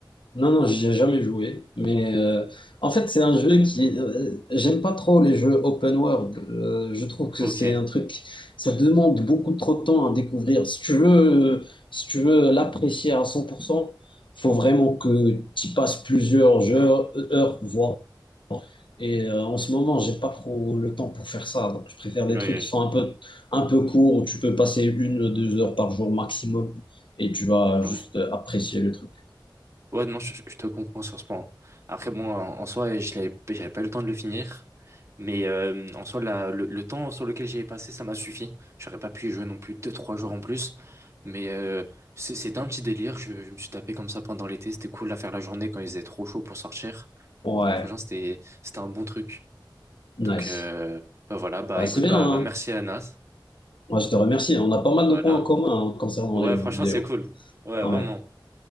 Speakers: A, on the left; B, on the right.
A: Non, non, j'y ai jamais joué. Mais euh, en fait, c'est un jeu qui. euh, j'aime pas trop les jeux open world. Euh, je trouve que
B: Ok.
A: c'est un truc. Ça demande beaucoup trop de temps à découvrir. Si tu veux, si tu veux l'apprécier à cent pour cent faut vraiment que tu passes plusieurs heures heures, voire. Et euh, en ce moment, j'ai pas trop le temps pour faire ça. Donc, je préfère des
B: Ouais,
A: trucs qui
B: je-
A: sont un peu, un peu courts, où tu peux passer une, deux heures par jour maximum et tu vas
B: ouais.
A: juste euh, apprécier le truc.
B: Ouais, non, je, je te comprends sur ce point. Après, bon, en, en soi, je l'avais, j'avais pas eu le temps de le finir. Mais euh, en soi, la- le, le temps sur lequel j'y ai passé, ça m'a suffi. J'aurais pas pu y jouer non plus deux, trois jours en plus. Mais euh, c'est- c'était un petit délire. Je, je me suis tapé comme ça pendant l'été. C'était cool à faire la journée quand il faisait trop chaud pour sortir.
A: Ouais,
B: Donc, franchement, c'était, c'était un bon truc.
A: nice.
B: Donc, euh, bah voilà. Bah
A: Bah,
B: écoute,
A: c'est bien,
B: bah,
A: hein.
B: bah merci Anas.
A: Moi, je te remercie. On a pas mal
B: Voilà.
A: de points en commun, hein, concernant
B: Ouais,
A: les jeux
B: franchement,
A: vidéo.
B: c'est cool. Ouais,
A: Ouais.
B: vraiment.